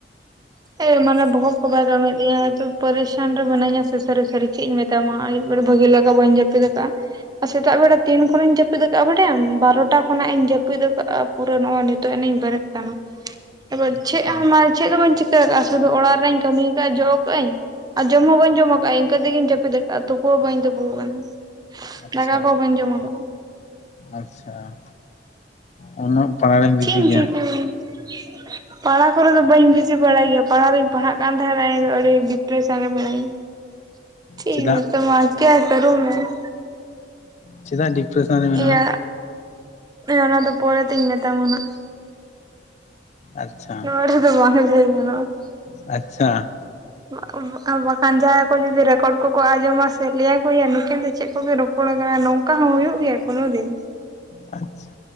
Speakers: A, on the right; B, on the left.
A: ᱮ ᱢᱟᱱᱮ ᱵᱚᱦᱚᱜ ᱠᱚ ᱵᱟᱭ ᱠᱟᱹᱢᱤᱭᱮᱜ ᱛᱤᱧᱟ ᱮ ᱛᱚ ᱯᱟᱨᱤᱥᱟᱱ ᱨᱮ ᱢᱟᱱᱟᱧᱟ ᱥᱮ ᱥᱟᱹᱨᱤ ᱥᱟᱹᱨᱤ ᱾ ᱪᱮᱫ ᱤᱧ ᱢᱮᱛᱟᱢᱟ ᱟᱭᱩᱵ ᱵᱮᱨᱟ ᱵᱷᱟᱹᱜᱤ ᱞᱮᱠᱟ ᱵᱟᱹᱧ ᱡᱟᱹᱯᱤᱫ ᱟᱠᱟᱜᱼᱟ ᱾ <unintelligible> ᱥᱮᱛᱟᱜ ᱵᱮᱲᱟ ᱛᱤᱱ ᱠᱷᱚᱱᱤᱧ ᱡᱟᱹᱯᱤᱫ ᱟᱠᱟᱜᱼᱟ, ᱵᱟᱰᱟᱭᱟᱢ ᱵᱟᱨᱚᱴᱟ ᱠᱷᱚᱱᱟᱜ ᱤᱧ ᱡᱟᱹᱯᱤᱫ ᱟᱠᱟᱫᱼᱟ ᱾ ᱯᱩᱨᱟᱹ ᱱᱚᱜᱼᱚᱭ ᱱᱤᱛᱚᱜ ᱮᱱᱤᱧ ᱵᱮᱨᱮᱫ ᱠᱟᱱᱟ, ᱮᱵᱟᱨ
B: ᱟᱪᱪᱷᱟ
A: ᱪᱮᱜ ᱦᱚᱸ ᱪᱮ ᱦᱚᱸ ᱵᱟᱹᱧ ᱪᱤᱠᱟᱹᱼᱼ ᱠᱟᱹ ᱠᱟᱜᱼᱟ ᱥᱩᱫᱩ ᱚᱲᱟᱜ ᱨᱮᱱᱟᱜ ᱤᱧ ᱠᱟᱹᱢᱤ ᱠᱟᱟᱜᱼᱟ ᱡᱚᱜ ᱠᱟᱜᱽᱟᱹᱧ ᱟᱨ ᱡᱚᱢ ᱦᱚᱸ ᱵᱟᱹᱧ ᱡᱚᱢ ᱠᱟᱜᱼᱟ ᱤᱱᱠᱟᱹ ᱛᱮᱜᱮᱧ ᱡᱟᱹᱯᱤᱫ ᱟᱠᱟᱟᱜᱼᱟ ᱛᱩᱯᱩ ᱦᱚᱸ ᱵᱟᱹᱧ ᱛᱩᱯᱩ ᱣᱟᱠᱟᱱᱟ
B: ᱟᱪᱪᱷᱟ
A: ᱫᱟᱠᱟ ᱠᱚ ᱵᱟᱹᱧ ᱡᱚᱢᱼᱟ ᱠᱟᱜᱼᱟ
B: ᱟᱪᱪᱷᱟ ᱩᱱᱟᱹᱜ, ᱯᱟᱲᱦᱟᱣ ᱨᱮᱢ ᱵᱤᱡᱤ
A: ᱪᱮᱧ
B: ᱜᱮᱭᱟ
A: ᱪᱤᱠᱟᱹᱭ ᱾ ᱯᱟᱲᱦᱟᱣ ᱠᱚᱨᱮ ᱫᱚ ᱵᱟᱹᱧ ᱵᱤᱡᱤ ᱵᱟᱲᱟᱭ ᱜᱮᱭᱟ ᱯᱟᱲᱦᱟᱣ ᱫᱚᱧ ᱯᱟᱲᱦᱟᱜ ᱠᱟᱱ ᱛᱟᱦᱮᱸᱱᱟ ᱤᱧ ᱫᱚ ᱟᱹᱰᱤ ᱰᱤᱯᱨᱮᱥᱮᱱ ᱨᱮ ᱢᱤᱱᱟᱹᱧᱟ ᱾ ᱪᱮᱜ
B: ᱪᱮᱫᱟᱜ
A: ᱤᱧ ᱢᱮᱴᱟᱢᱟ ᱠᱮᱭᱟ ᱠᱟᱨᱩ ᱢᱮ ᱾
B: ᱪᱮᱫᱟᱜ ᱰᱤᱯᱨᱮᱥᱚᱱ ᱨᱮ ᱢᱮᱱᱟᱜᱼᱟ?
A: ᱤᱭᱟᱹ ᱚᱱᱟ ᱫᱚ ᱯᱚᱨᱮ ᱛᱮᱧ ᱢᱮᱛᱟᱢᱟ ᱱᱟᱜ ᱾
B: ᱟᱪᱪᱷᱟ
A: ᱱᱚᱰᱮ ᱫᱚ ᱵᱟᱝ ᱞᱟᱹᱭ ᱜᱟᱱᱟᱜᱼᱟ ᱾
B: ᱟᱪᱪᱷᱟ,
A: <inaudible> ᱵᱟᱠᱷᱟᱱ ᱡᱟᱦᱟᱸᱭ ᱠᱚ ᱡᱩᱫᱤ ᱨᱮᱠᱚᱨᱰ ᱠᱚᱠᱚ ᱟᱸᱡᱚᱢᱟ ᱥᱮ ᱞᱟᱹᱭᱟ ᱠᱩᱭᱟ ᱱᱩᱠᱤᱱ ᱫᱚ ᱪᱮᱫ ᱠᱚᱵᱤᱱ ᱨᱚᱯ ᱠᱚᱲᱟ ᱠᱟᱱᱟᱭ ᱱᱚᱝᱠᱟ ᱦᱚᱸ ᱦᱩᱭᱩᱜ ᱜᱮᱭᱟ ᱠᱚᱱᱚ ᱫᱤᱱ ᱾
B: ᱟᱪᱪᱷᱟ